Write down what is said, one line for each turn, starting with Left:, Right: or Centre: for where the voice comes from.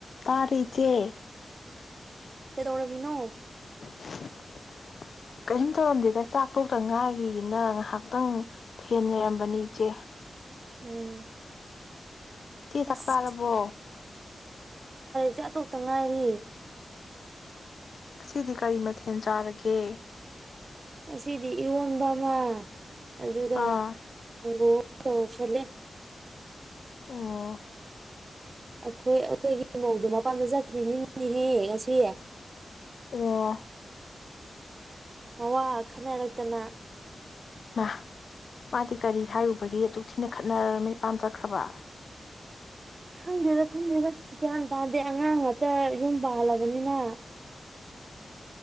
Left: ꯇꯥꯔꯦ ꯏꯆꯦ꯫
Right: ꯀꯩꯗꯧꯔꯝꯃꯤꯅꯣ꯫
Left: <unintelligible> ꯀꯔꯤꯝ ꯇꯧꯔꯝꯗꯦꯗ ꯆꯥꯛꯇꯣꯛꯇ ꯉꯥꯏꯔꯤꯅ ꯉꯥꯏꯍꯥꯛꯇꯪ ꯐꯦꯟ ꯌꯥꯏꯔꯝꯕꯅꯤ ꯏꯆꯦ꯫
Right: ꯎꯝ
Left: ꯇꯤ
Right: ꯑꯁ
Left: ꯆꯥꯛ ꯆꯥꯔꯕꯣ
Right: ꯆꯥꯛ ꯇꯣꯛꯇ ꯉꯥꯏꯔꯤ꯫
Left: ꯑꯁꯤꯗꯤ ꯀꯔꯤ ꯃ ꯊꯦꯜ ꯆꯥꯔꯒꯦ
Right: ꯉꯁꯤꯗꯤ ꯏꯔꯣꯟꯕ ꯑꯃ ꯑꯗꯨꯒ
Left: ꯑꯥ
Right: ꯀꯥꯡꯍꯧ ꯇꯧꯁꯜꯂꯦ
Left: ꯑꯣ
Right: ꯑꯩꯈꯣꯏ ꯑꯩꯈꯣꯏꯒꯤ ꯃꯧꯗꯣ ꯃꯄꯥꯟꯗ ꯆꯠꯈ꯭ꯔꯤꯅꯤꯅꯦꯍꯦ ꯉꯁꯤ
Left: ꯑꯣ
Right: ꯃꯋꯥ ꯈꯟꯅꯔꯛꯇꯅ
Left: ꯏꯃꯥ ꯃꯥꯗꯤ ꯀꯔꯤ ꯍꯥꯏꯔꯨꯕꯒꯤ ꯑꯗꯨꯛ ꯊꯤꯅ ꯈꯠꯅꯔ ꯃꯄꯥꯝ ꯆꯠꯈ꯭ꯔꯕ
Right: ꯈꯪꯗꯦꯗ ꯈꯪꯗꯦꯗ ꯒ꯭ꯌꯥꯟ ꯇꯥꯗꯦ ꯑꯉꯥꯡ ꯉꯇ ꯌꯨꯝ ꯄꯥꯜꯂꯕꯅꯤꯅ